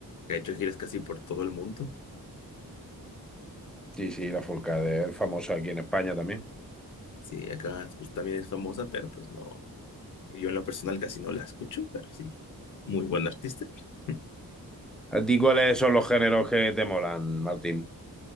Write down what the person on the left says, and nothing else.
que ha hecho giras casi por todo el mundo.
Sí, acá pues, también es famosa, pero pues no. Yo en lo personal casi no la escucho, pero sí, muy buen artista. <laughs>